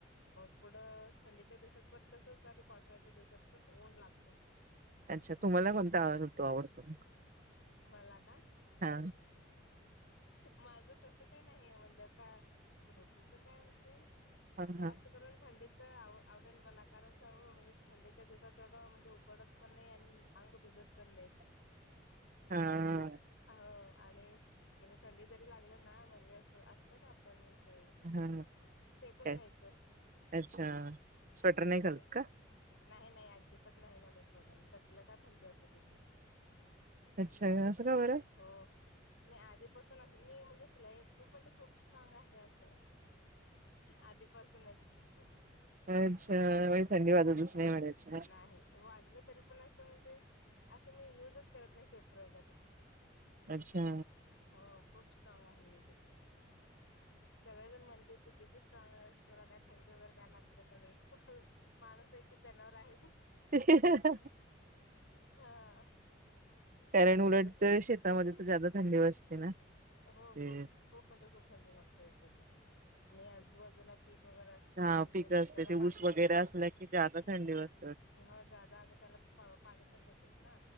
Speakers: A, on the left; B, on the right.
A: मग पुढं थंडीच्या दिवसात पण तसंच आणि पावसाळ्याच्या दिवसात पण ऊन लागतोच.
B: अच्छा तुम्हाला कोणता ऋतू आवडतो म
A: मला का?
B: हा
A: माझं तस काही नाहीय म्हणजे आता ऋतूच काय म्हणजे
B: हा हा
A: जास्त करून थंडी आवडेल मला कारण सांग म्हणजे थंडीच्या दिवसात एवढं म्हणजे उकडत पण नाही आणि अंग भिजत. पण नाही.
B: <inaudible> हा
A: हो आणि म्हणजे थंडी जरी लागल ना म्हणजे अस अस. तर आपण ते
B: हा
A: शेकून
B: काय
A: घ्यायचं.
B: अच्छा स्वेटर नाही
A: हो
B: घालत का
A: नाही नाही अजिबात नाही घातात बघा कसलं का थंडी असू दे त.
B: अच्छा असं का बरं.
A: हो नाही आधीपासून मी म्हणजे सलाई खूप म्हणजे खूप स्ट्राग आहे असं. आधीपासूनच खूप
B: अच्छा व थंडी वाधतस नाही म्हच.
A: नाही वाजलं तरी पण असं म्हणजे असं मी युजच करत नाही स्वेटर वगैरे
B: अच्छा
A: हो खूप स्ट्रॉग आहे मी तसं. सगळे जण म्हणते तू किती स्ट्राँग आहेस तुला काय? थंडी वगैरे काय लागत का नाही माणस आहे की जनावर आहे.
B: ह
A: हा
B: कारण उलट
A: तेवढंच
B: तर शेतामध्ये तर जदा थंडी वाजते ना
A: हो
B: ते
A: खूप खूप मजे खूप थंड लागतो एकदा आणि आजूबाजूला पीक वगैरे अस म्हणजे
B: हा पिकं
A: पिकायला
B: असते ते
A: पाणी
B: ऊस वगैरे
A: हा
B: असल्या की जादा थंडी वाजते
A: हो जादा आणि त्याला पाणी पण देतात ना